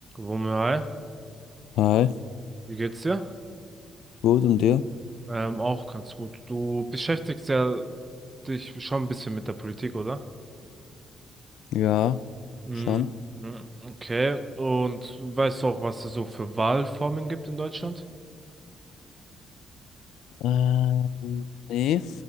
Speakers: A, on the right; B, on the left.
A: Romeo, hi,
B: Hi,
A: wie geht's dir?
B: gut und dir?
A: Ähm, auch ganz gut. Du beschäftigst ja dich schon ein bisschen mit der Politik, oder?
B: Ja,
A: Mhm.
B: schon.
A: Okay, und weißt du auch, was es so für Wahlformen gibt in Deutschland?
B: Ähm, nee,